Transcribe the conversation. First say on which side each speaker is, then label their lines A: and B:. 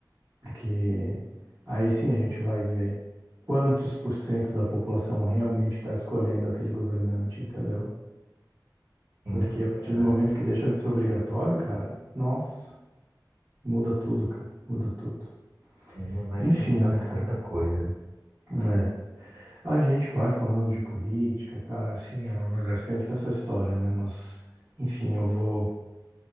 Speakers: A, on the right; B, on the right.
A: Porque aí sim a gente vai ver quantos por cento da população realmente está escolhendo aquele governante, entendeu?
B: Sim,
A: Porque a partir
B: verdade.
A: do momento que deixa de ser obrigatório, cara, nossa, muda tudo, cara, muda tudo.
B: Sim, vai
A: Enfim,
B: se mudar
A: né, cara?
B: muita coisa.
A: É. A gente vai falando de política, cara, assim, é, mas é sempre essa história, né? Mas, enfim, eu vou